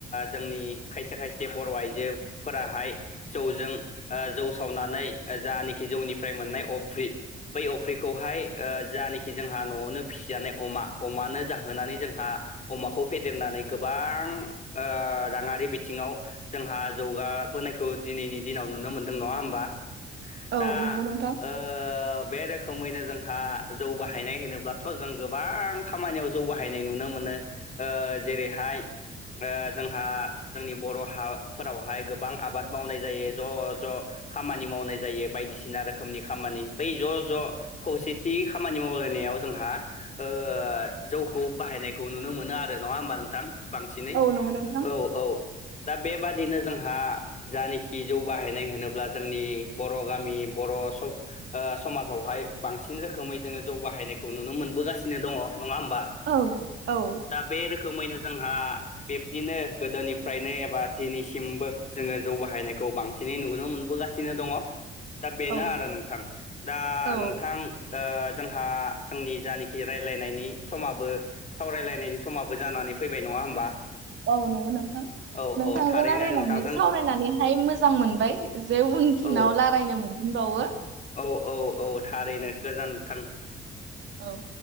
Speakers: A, on the left; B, on the right.
A: जोंनि खायसे खायसे बर' आइजोफोराहाय जौजों ओ जौ सावनानै जानखि जौनिफ्राय मोननाय अफ्रि बै अफ्रिखौहाय ओ जानेखि जोंहा न'आवनो फिसिजानाय अमा अमानो जाहोनानै जोंहा अमाखौ फेदेरनानै गोबां ओ राङारि बिथिङाव जोंहा जौगाबोनायखौ दिनैनि दिनाव नुनो मोनदों नङा होमबा
B: औ
A: दा
B: नंगौ नोंथां
A: ओ बे रोखोमैनो जोंहा जौ बाहायनाय होनोब्लाथ' जों गोबां खामानियाव जौ बाहायनाय नुनो मोनो ओ जेरैहाय ओ जोंहा जोंनि बर हाफोरावहाय गोबां आबाद मावनाय जायो ज ज खामानि मावनाय जायो बायदिसिना रोखोमनि खामानि बै ज ज खौसेथि खामानि मावलायनायाव जोंहा ओ जौखौ बाहायनाय खौ नुनो मोनो आरो नंङा होमबा नोंथां बांसिनै
B: औ नंगौ नोंथां
A: औ औ दा बेबादिनो जोंहा जानखि जौ बाहायनाय होनोब्ला जोंनि बर गामि बर सब ओ स समाजावहाय बांसिन रोखोमै जोङो जौ बाहायनायखौ नुनो मोनबोगासिनो दङ नङा होमबा?
B: औ औ
A: दा बे रोखोमैनो जोंहा बिब्दिनो गोदोनिफ्रायनो एबा दिनैसिमबो जोङो जौ बाहायनायखौ बांसिन नै नुनो मोनबोगासिनो दङ दा बेनो
B: औ
A: आरो नोंथां दा
B: औ
A: नोंथां ओ जोंहा जोंनि जानखि राय्लायनायनि समाबो सावरायलायनायनि समाबो जानानै फैबाय नंङा होमबा?
B: औ नंगौ नोंथां।
A: औ
B: नोंथांजों
A: औ थारैनो
B: रायायनानै
A: नोंथांजों
B: सावरायनानैहाय मोजां मोनबाय जे उन फिनाव
A: औ
B: रायलायनो मोन बावो
A: औ औ औ थारैनो गोजोनथों
B: औ